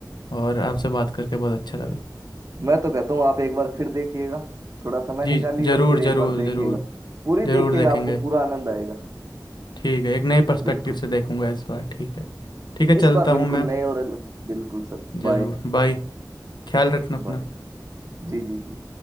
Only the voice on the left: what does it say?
और आपसे बात करके बहुत अच्छा लगा
जी
ज़रूर
ज़रूर
ज़रूर
ज़रूर
देखेंगे
ठीक है एक नए पर्सपेक्टिव
से देखूंगा इस बार ठीक है ठीक है
चलता
हूँ मैं अब
ज़रूर
बाय ख्याल रखना अपना